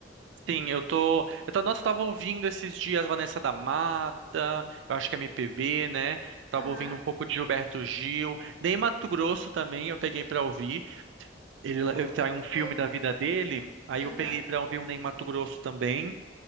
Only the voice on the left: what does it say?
Aham.
Nossa,
que gostoso.
Aham.